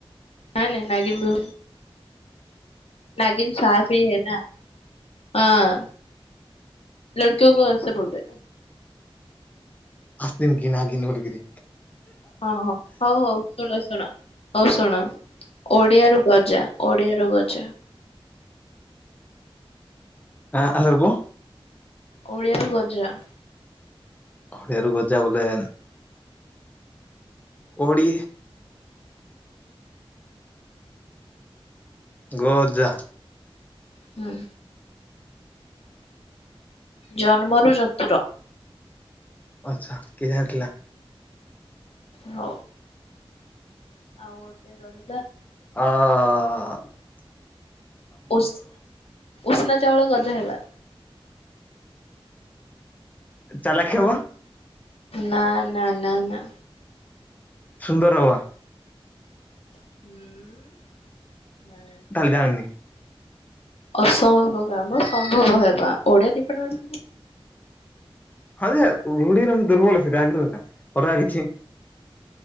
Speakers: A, on the left; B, on the left.
A: ହଁ ନାଇଁ ନାଗିନ ନଗିନ ସଫ ହି ହେ ଏ ନା ହଁ। ଲ <unintelligible> କେଉ କ ସେ ବୋଲତ
B: ଆସନ କି ନା କି ନ ହଲଗିରି।
A: ହଁ ହଁ ହଉ ହଉ ଶୁଣ ଶୁଣ ହଉ ଶୁଣ ଓଡିଆରୁ ଗଜା ଓଡିଆ ରୁଗଜା।
B: ହ ଆ ସରକୁୁ।
A: ଓଡ଼ିଆରୁ ଗଜା।
B: ହରିଆରୁ ଗଜ ଯା ବୋଲେ। ଓଡ଼ି ଗ ଯା।
A: ହଁ। ଜନ୍ମରୁ ଚତୁର।
B: ଆଛା କିଏ ଜାଣିଥିଲା?
A: ହଉ ଆଉ ଗୋଟେ ରହି
B: ହଁ। ହଁ।
A: ଉ ଉଷନା ଚାଉଳ ଗଜ ହେବା।
B: ଚାଲାଖ ହେବ?
A: ନା ନା ନା ନା।
B: ସୁନ୍ଦର ହବା?
A: <unintelligible>
B: ତାହଲେ ଜାଣିନି।
A: ଅସମ୍ଭବ କାମ ସମ୍ଭବ ହେବା ଓଡିଆଡିପାର୍ମଣ୍
B: ହଯେ ରୁଡ଼ି ର ଦୁର୍ବଳ ସେଟେ ଆଗରୁ ଅଲଗା କିଛି।